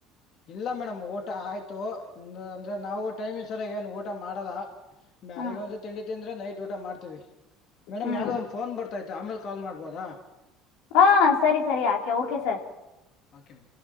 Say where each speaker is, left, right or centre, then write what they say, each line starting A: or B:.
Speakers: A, on the left; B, on the left.
A: ಇಲ್ಲ ಮೇಡಮ್ ಓಟ ಆಯ್ತು ಇ ಅಂದ್ರೆ ನಾವು ಟೈಮ್ ಸರ್ಾಗ ಏನು ಊಟ ಮಾಡಲ್ಲ ಬೆಳಗೆ
B: ಹ್ಮ್
A: ಒಂದು ತಿಂಡಿ ತಿಂದ್ರೆ ನೈಟ್ ಊಟ ಮಾಡ್ತೀವಿ ಮೇಡಮ್
B: ಹ್ಮ್
A: ಯಾವ್ದೋ ಒಂದು ಫೋನ್ ಬರತೈತೆ ಆಮೇಲೆ ಕಾಲ್ ಮಾಡ್ಬೋದ
B: ಹಾ ಸರಿ ಸರಿ ಆಕೆ ಓಕೆ ಸರ್
A: ಓಕೆ ಮೇಡಮ್